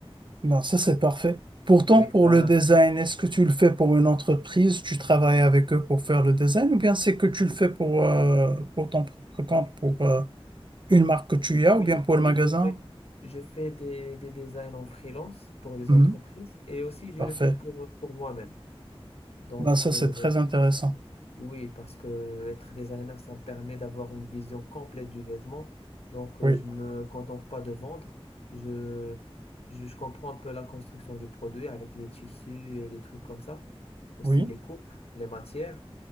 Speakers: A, on the right; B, on the left.
A: Non, ça c'est parfait. Pourtant,
B: Oui,
A: pour
B: ben,
A: le design, est-ce que tu le fais pour une entreprise? Tu travailles avec eux pour faire le design? Ou bien c'est que tu le fais pour, euh, pour ton propre compte, pour euh, une marque que tu y
B: Oui,
A: as, ou bien pour
B: oui,
A: le magasin?
B: je fais, je fais des, des designs en freelance pour des
A: Mhm,
B: entreprises et aussi je
A: Parfait.
B: le fais pour, pour moi-même. Donc,
A: Ben, ça c'est
B: euh,
A: très intéressant.
B: oui, parce que être designer, ça me permet d'avoir une vision complète du vêtement. Donc,
A: Oui,
B: euh, je me contente pas de vendre. Je, je, je comprends un peu la construction du produit avec les tissus et les trucs comme ça. Aussi
A: oui,
B: les coupes, les matières.